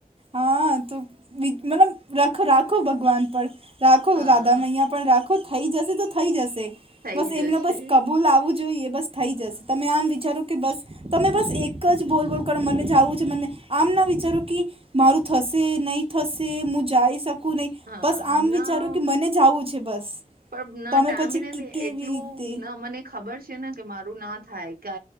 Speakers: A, on the right (about 40°); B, on the right (about 80°).
A: હા તો મતલબ રાખ રાખો ભગવાન પર રાખો
B: હા
A: રાદા મૈયા રાો થઈ જશે તો થઈ જશે
B: થઈ
A: બસ
B: જશે
A: એમને બસ કબૂલ આવું જોઈએ બસ થઈ જશે તમે આમ વિચારો બસ તમે બસ એક જ બોલ બોલ કરો મને જવું છે મને આમ ના વિચારો કે મારું થશે નહીં થશે હું જઈ શકું નહીં
B: હા
A: બસ આમ
B: ના
A: વિચારો કે મને જવું છે બસ
B: પણ ના
A: તમે
B: ટાઈમ
A: પછી કે- કેવી
B: એટલું
A: રીતે
B: ના મને ખબર છે ને કે મારું ના થાય ક